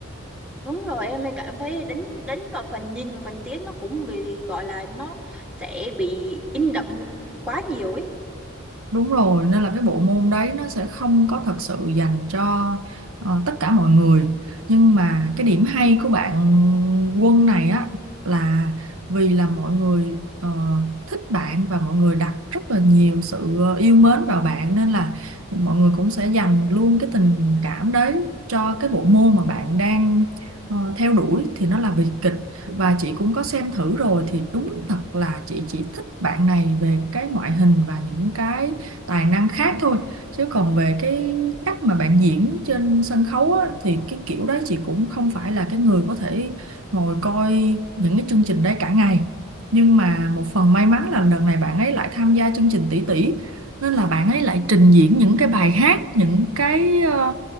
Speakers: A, in the centre; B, on the right (about 75°).
A: đúng rồi em lại cảm thấy đánh đánh vào phần nhìn và phần tiếng nó cũng bị gọi là nó sẽ bị in đậm quá nhiều ấy
B: Đúng rồi, nên là cái bộ môn đấy nó sẽ không có thật sự dành cho ờ, tất cả mọi người. Nhưng mà cái điểm hay của bạn Quân này á là vì là mọi người ờ, thích bạn và mọi người đặt rất là nhiều sự ờ, yêu mến vào bạn nên là mọi người cũng sẽ dành luôn cái tình cảm đấy cho cái bộ môn mà bạn đang ờ, theo đuổi thì nó là vì kịch và chị cũng có xem thử rồi thì đúng thật là chị chỉ thích bạn này về cái ngoại hình và những cái tài năng khác thôi chứ còn về cái cách mà bạn diễn trên sân khấu á, thì cái kiểu đấy chị cũng không phải là cái người có thể ngồi coi những cái chương trình đấy cả ngày nhưng mà một phần may mắn là đợt này bạn ấy lại tham gia chương trình tỷ tỷ nên là bạn ấy lại trình diễn những cái bài hát những cái ờ,